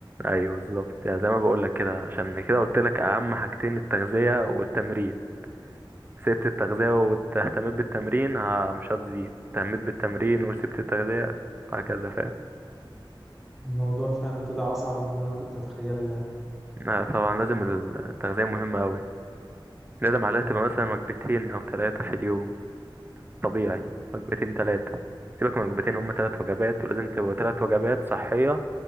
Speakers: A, on the right; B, in the centre.
A: ايوه بالظبط يعني زي ما بقول لك كده عشان كده قلت لك اهم حاجتين التغذية والتمرين سبت التغذية واهتميت بالتمرين ها مش هتزيد اهتميت بالتمرين وسبت التغذية هكذا فاهم
B: الموضوع فعلا طلع اصعب من اللي انا كنت اتخيله يعني
A: آه طبعا لازم التغذية مهمة أوي لازم
B: مم.
A: عليها تبقى مثلا وجبتين أو ثلاثة في اليوم طبيعي وجبتين ثلاثة سيبك من وجبتين هما ثلاث وجبات ولازم تبقى ثلاث وجبات صحية